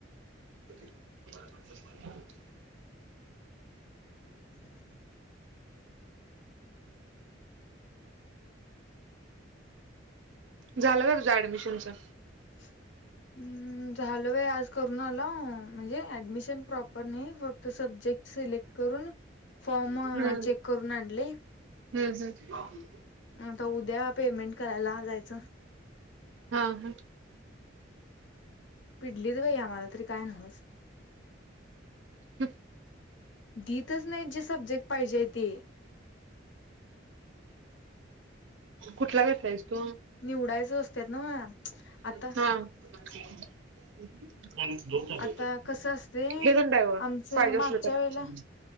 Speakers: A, on the right (about 85°); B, on the left (about 75°).
A: कधी उन्हाळ्यात <unintelligible>
B: <inaudible>
A: झालं का तुझ्या ऍडमिशनचं?
B: <unintelligible> अं झालं बाई आज करून आलाव म्हणजे ऍडमिशन प्रॉपर नाही फक्त सब्जेक्ट सिलेक्ट करून फॉर्म
A: हम्म
B: अ चेक करून आणले
A: हम्म हम्म
B: आता उद्या पेमेंट करायला जायचं
A: हा हा
B: पिडलीत बाई आम्हाला तरी काय न्हवंच
A: हम
B: दितच नाहीत जे सब्जेक्ट पाहिजेय ते
A: कुठला घेतलायस तू?
B: निवडायचं असतात ना मग
A: हा
B: आता
A: काय आणि मग दोन झाले
B: आता
A: होतेत ना
B: कसं असते
A: हे पण आहे बघा
B: आमचं
A: पाहिजे
B: मागच्या
A: असल तर
B: वेळेला